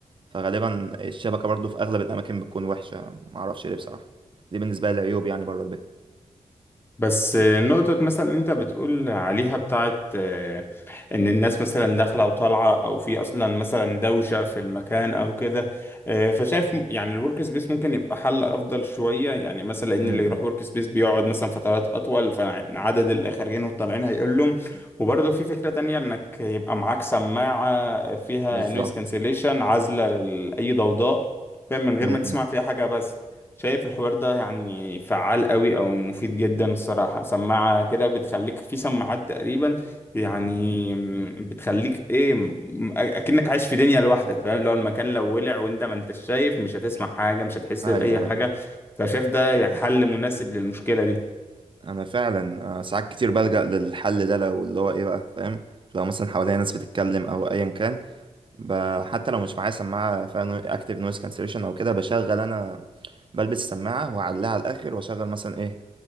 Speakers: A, on the right; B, on the left.
A: فغالبا الشبكة برضو في أغلب الأماكن بتكون وحشة معرفش ليه بصراحة دي بالنسبة لي العيوب يعني بره البيت
B: بس نقطة مثلا اللي انت بتقول عليها بتاعت آه، ان الناس مثلا داخلة وطالعة او في اصلا مثلا دوشة في المكان او كده آه، فشايف م- يعني الورك سبيس ممكن يبقى حل افضل شوية يعني مثلا ان
A: م-
B: اللي يروح
A: م.
B: ورك سبيس بيقعد مثلا فترات اطول فعدد اللي خارجين والطالعين هيقلهم وبرضه في فكرة تانية انك يبقى معاك سماعة فيها
A: بالظبط
B: نويز كانسليشن عازلة لأي ضوضاء فاهم من غير
A: م-
B: ما تسمع
A: م.
B: فيها حاجة بس شايف الحوار ده يعني فعال قوي او مفيد جدا الصراحة سماعة كده بتخليك في سماعات تقريبا يعني م- بتخليك ايه م- اكنك عايش في دنيا لوحدك فاهم لو المكان لو ولع وانت ما انتش شايف مش هتسمع حاجة مش هتحس
A: أيوه
B: بأي حاجة
A: أيوه
B: فشايف ده يعني حل مناسب للمشكلة دي
A: انا فعلا آه، ساعات كتير بلجأ للحل ده لو اللي هو ايه بقى فاهم لو مثلا حواليا ناس بتتكلم او ايا كان ب- حتى لو مش معايا سماعه فيها اكتف نويز كانسليشن او كده بشغل انا بلبس السماعه واعلقها على الاخر واشغل مثلا ايه